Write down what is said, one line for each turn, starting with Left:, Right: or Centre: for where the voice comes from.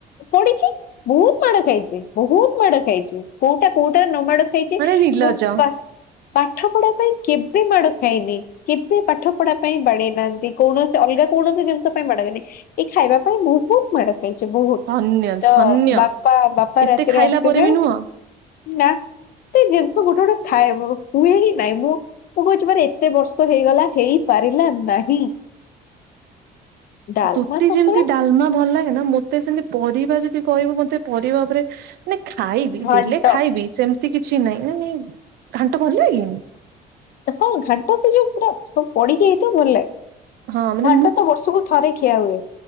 Left: ପଡିଛି ବହୁତୁ ମାଡ ଖାଇଛି ବହୁତୁ ମାଡ ଖାଇଛି କୋଉଟା, କୋଉଟାରେ ନ ମାଡ ଖାଇ। ଖାଇଛି
Right: ମାନେ ନିର୍ଲଜ
Left: କୋ ପା ପାଠ ପଢା ପାଇଁ କେବେ ମାଡ ଖାଇନି। କେବେ ପାଠ ପଢା ପାଇଁ ବାଡେଇ ନାହାନ୍ତି କୌଣସି ଅଲଗା କୌଣସି ଜିନିଷ। ପାଠ ପାଇଁ ମାଡ଼ ଖାଇନି ଏଇ ଖାଇବା ପାଇଁ ବହୁତୁ ମାଡ଼ ଖାଇଛି ବହୁତୁ।
Right: ଧନ୍ୟ
Left: ତ
Right: ଧନ୍ୟ
Left: ବାପା, ବାପା
Right: ଏତେ
Left: ରାତିରେ
Right: ଖାଇଲା
Left: ଆସିବେ
Right: ପରେ ବି ନୁହଁ
Left: ନା। ସେ ଜିନିଷ ଗୋଟେ, ଗୋଟେ ଥାଏ ହୁଏ ହି ନାଇଁ ମୁଁ। ମୁଁ କହୁଛି ମୋର ଏତେ ବର୍ଷ ହେଇଗଲା ହେଇପାରିଲା ନାହିଁ। ଡାଲମା
Right: ତୋତେ
Left: ସନ୍ତୁଳା
Right: ଯେମିତି ଡାଲମା ଭଲ ଲାଗେ ନା ମତେ ସେମିତି ପରିବା ଯଦି କହିବୁ ମତେ ପରିବା ଉପରେ। ନା ଖାଇବି
Left: ଘାଣ୍ଟ
Right: ଦେଲେ ଖାଇବି ସେମିତି କିଛି ନାଇଁ, ନାଇଁ ଘାଣ୍ଟ ଭଲ ଲାଗେନି।
Left: ସେ କ'ଣ ହଁ ଘାଣ୍ଟ ସେ ଯୋଉଁ ପୁରା ସବୁ ପଡିକି ହେଇଥିବ ଭଲ ଲାଗେ।
Right: ହଁ ମାନେ
Left: ଘାଣ୍ଟ ତ ବର୍ଷକୁ ଥରେ ଖିଆ ହୁଏ।